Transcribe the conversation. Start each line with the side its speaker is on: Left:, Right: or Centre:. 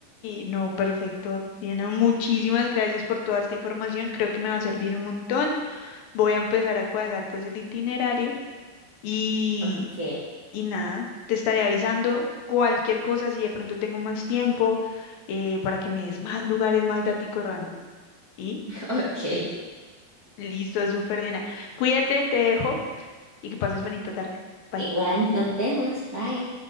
Left: no, perfecto. Diana, muchísimas gracias por toda esta información. Creo que me va a servir un montón. Voy a empezar a cuadrar pues el itinerario y,
Right: Ok,
Left: y nada, te estaré avisando cualquier cosa si de pronto tengo más tiempo eh, para que me des más lugares, más daticos random. Y
Right: ok.
Left: listo, súper Diana. Cuídate, te dejo. y que pases bonita tarde. Bye.
Right: Igual, nos vemos. Bye.